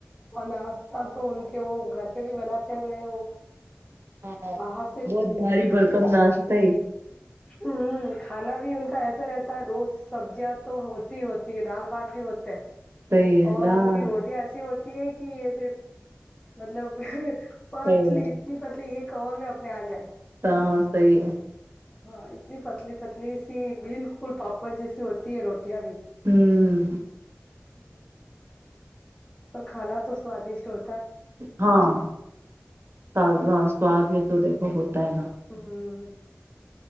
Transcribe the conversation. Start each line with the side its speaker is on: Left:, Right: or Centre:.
Left: اور ناشہ تو ان کے وہ گھر پہ بھی بناتے ہیں ان وہ
Right: ہاں
Left: باہر
Right: بہت بھاری بڑکمنا صی
Left: ہ کھانا بھی ان کا ایسا ایا رہتا ہے دو سبزیاں تو ہوتی ہی ہوتی ہے دال بھات بھی ہوتے ہیں
Right: صحیح ہے
Left: اور
Right: دال
Left: ان کی روٹییا ایسی ہوتی کہ ایسے مطلب پتلی
Right: صحیح ہے
Left: اتنی پتلی ایک کوا میں اپنے آ جائے
Right: ہاں صحیح ہے
Left: ہاں اتنی پتلی پتلی سی بالکل پاپڑ جیسی ہوتی ہے روٹیاں بھی <unintelligible>
Right: ہوں <unintelligible>
Left: ج تو <unintelligible> پر کھان تو ساادشٹ ہو
Right: ہاں تازہ سواد میں تو دیکھو ہوتا ہے ہاں
Left: ہوں